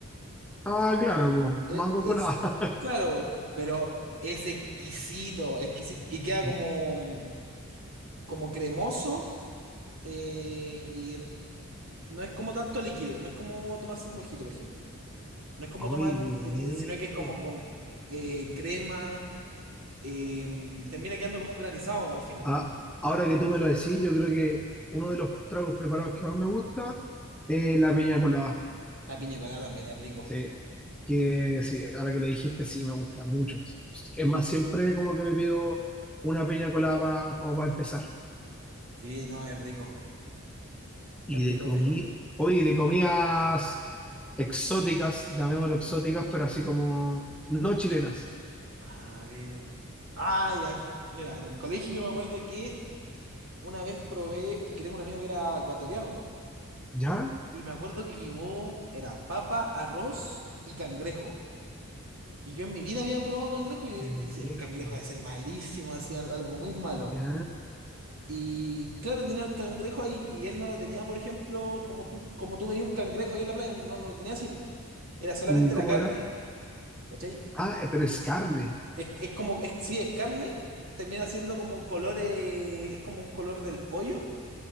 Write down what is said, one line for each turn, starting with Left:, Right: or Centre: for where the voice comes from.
Centre: Ah, claro, po,
Right: Eh,
Centre: mango
Right: Es,
Centre: colada.
Right: claro, pero es exquisito, exquisito, que queda
Centre: <laughs>
Right: como, mm, como cremoso eh, y en- no es como tanto líquido, no es como tomarse un mojito, por ejemplo. No es como
Centre: Oye,
Right: tomar, li-
Centre: qué bueno
Right: eh, sino que es como con eh, crema, em, termina quedando como un granizado al final.
Centre: Ah, ahora que tú me lo decís, yo creo que uno de los tragos preparados que más me gusta es la piña colada.
Right: La piña colada también es rico.
Centre: Sí, que sí, ahora que lo dijiste, sí, me gusta mucho. Es más, siempre como que me pido una piña colada pa- como para empezar.
Right: Sí, no, es rico,
Centre: Y
Right: es rico,
Centre: de comida,
Right: es rico.
Centre: oye, de comidas exóticas, llamémoslo exóticas, pero así como no chilenas.
Right: A ver. Ah, ya. Mira, en el colegio yo me acuerdo que una vez probé, porque tengo un amigo que era ecuatoriano,
Centre: ¿Ya?
Right: y me acuerdo que llevó, era papa, arroz y cangrejo. Y yo en mi vida había probado cangrejo y
Centre: Cangrejo,
Right: yo dije, el cangrejo debe ser malísimo, hacía algo muy malo.
Centre: ¿ya?
Right: Y claro, tenía el cangrejo ahí y él no lo tenía, por ejemplo, como tú, como tú veías un cangrejo ahí en la playa, no, no lo tenía así, po. Era solamente
Centre: ¿Y cómo
Right: la carne,
Centre: era?
Right: ¿cachai?
Centre: Ah, eh, pero es carne,
Right: Es, es como, es, sí, es carne, termina siendo como colores, es como un color del pollo,